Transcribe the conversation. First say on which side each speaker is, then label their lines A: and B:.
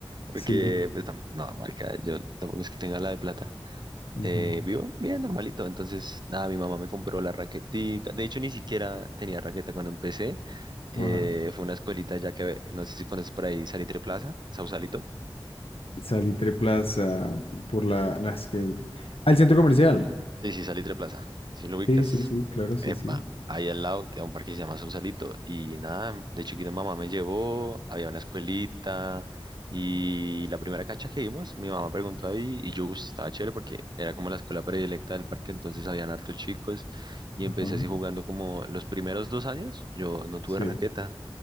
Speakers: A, on the right (about 50°); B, on the left (about 75°).
A: porque,
B: Sí.
A: pues, tam- no, marca, yo tampoco es que tenga la de plata.
B: ujú,
A: Eh, vivo bien, normalito. Entonces, nada, mi mamá me compró la raquetica. De hecho, ni siquiera tenía raqueta cuando empecé. Eh,
B: Ajá.
A: fue una escuelita ya que, no sé si conoces por ahí, Salitre Plaza, en Sausalito.
B: Salitre Plaza por la... no, es que... Al centro comercial.
A: Sí, sí, Salitre Plaza. Si lo ubicas?
B: Sí, sí, sí, claro, sí,
A: Epa,
B: sí.
A: ahí al lado queda un parque que se llama Sausalito. Y nada, de chiquito mamá me llevó, había una escuelita. Y la primera cancha que vimos, mi mamá preguntó ahí y yo "Uy, estaba chévere porque era como la escuela predilecta del parque, entonces habían hartos chicos y empecé
B: Ajá.
A: así jugando como los primeros dos años, yo no tuve
B: Sí.
A: raqueta,